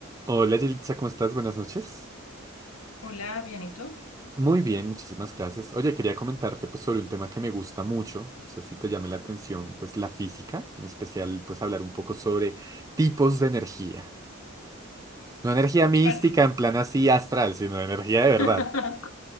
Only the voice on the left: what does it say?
Hola, bien, ¿y tú?
Suena.
<laughs>